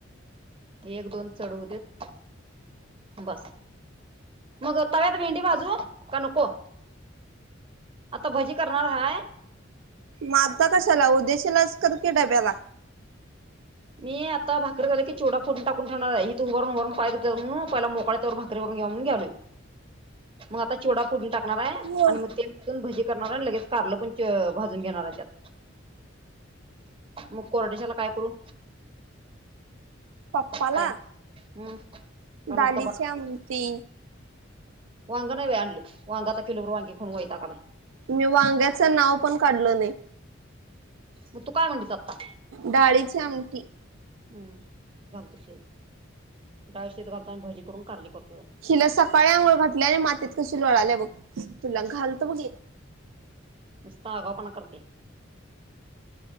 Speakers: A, on the right (about 25°); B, on the right (about 75°).
A: एक दोन चढवू देत बस मग तव्यात भेंडी भाजू का नको आता भजी करणार हाय
B: माता कशाला उदेशलाच करके डब्याला
A: मी आता भाकरी झाले की चोडा फोून टाकून ठेणार आहे तू हर हर पा पहिला मोकळा त्यावर भा घेून घेलोय मग आता चिवडा फढून टाकणार आहे
B: हो
A: आणि मग ते भजी करणार आणि लगेच कारल पण भाजून घेणार आहे त्यात मग कोरटशाला काय करू
B: पाप्पाला
A: काय हम् का नुसता
B: डालीची
A: बटाटा
B: आमटी
A: वांग नाही आणलं वांग आता किलोवर वांगी खऊन वयता काय
B: मी वांग्याचं नाव पण काढलं नाही
A: मग तू काय म्हणतीित आता
B: डाळीची आमटी
A: हम्म घालतो शी डाळ शीत घालतो आणि भजी करून काढली करते जरा
B: हिला सकाळी आंघोळ घाटल्या आणि मातीत कशी लोळाल्या बघ तुला घालत बघ
A: नुसता आगं पण करते